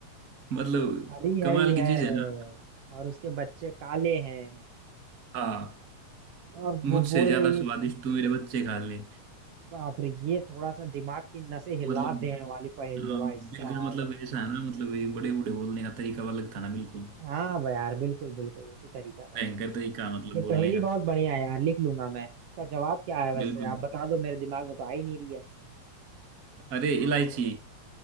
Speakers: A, on the right (about 40°); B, on the right (about 60°).
A: मतलब
B: हरी
A: कमाल
B: हरी
A: की
B: है
A: चीज है ना
B: और उसके बच्चे काले हैं
A: हाँ
B: और
A: मुझसे
B: वो बोल
A: ज्यादा
B: रही है
A: स्वादिष्ट
B: कि
A: तो मेरे बच्चे खा ले
B: बाप रे ये थोड़ा सा दिमाग की नसें हिला
A: मतलब
B: देने वाली पहेली है
A: हाँ,
B: भाई साहब
A: बिल्कुल मतलब ऐसा है ना मतलब ये बड़े बूढ़े बोलने का तरीका अलग था ना बिल्कुल
B: हाँ भाई यार बिल्कुल बिल्कुल उसी तरीका का
A: भयंकर तरीका मतलब
B: ये
A: बोलने
B: पहेली
A: का
B: बहुत बढ़िया है यार लिख लूंगा मैं इसका जवाब क्या है वैसे
A: बिल्कुल
B: आप बता दो मेरे दिमाग में तो आ ही नहीं रही है
A: अरे इलायची